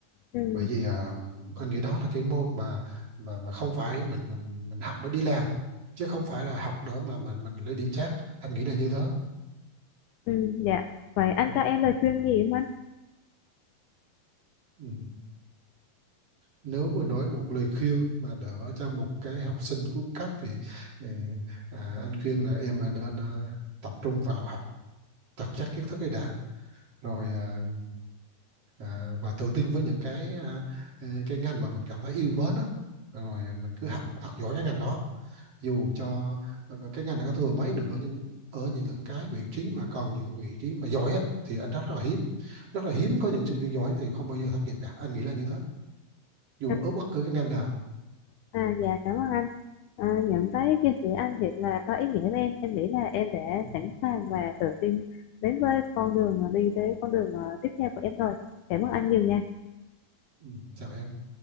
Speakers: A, on the left; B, on the right.
A: Ừ,
B: bởi vì à, anh nghĩ đó là cái môn mà mà mà không phải mình mình mình học để đi làm chứ không phải là học để mà mình mình lấy điểm trác anh nghĩ là như thế
A: ừ, dạ. Vậy anh
B: ừ.
A: cho em lời khuyên gì không anh?
B: Ừ. nếu mà nói một lời khuyên mà đỡ cho một cái học sinh cuối cấp thì ừ, à, anh khuyên là em à, nên à, tập trung vào học thật chắc kiến thức ấy đã rồi à, à, và tự tin với những cái à, ờ, cái ngành mà mình cảm thấy yêu mến á rồi à, mình cứ học thật giỏi cái ngành đó dù cho ờ, cái ngành này có thừa mấy nữa nhưng ở những cái vị trí mà cần những vị trí mà giỏi á, thì anh rất là hiếm rất là hiếm có những sinh viên giỏi thì không bao giờ thất nghiệp cả anh nghĩ là như thế dù
A: À,
B: ở bất cứ cái ngành nào
A: à, dạ cảm ơn anh. À, nhận thấy chia sẻ anh thiệt là có ý nghĩa với em. Em nghĩ là em đã
B: Ừ.
A: sẵn sàng và tự tin đến với con đường đi tới con đường ờ, tiếp theo của em rồi. Cảm ơn anh nhiều nha.
B: Ừ, chào em